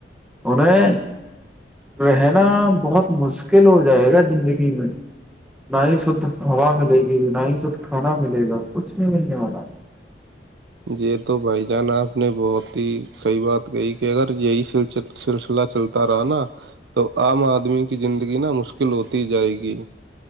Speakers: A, in the centre; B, on the right.
A: انیں رہنا بہت مشکل ہو جائے گا زندگی میں نہ ہی شدھ ہوا ملے گی نہ ہی شدھ کھانا ملے گا کچھ نہیں م گ والارا
B: یہ تو بھائی جان آپ نے بہت ہی صحیح بات کہی کہ اگر یہی سلچ سلسلہ چلتا رہا نا تو عام آدمی کی زندگی نا مشکل ہوتی جائے گی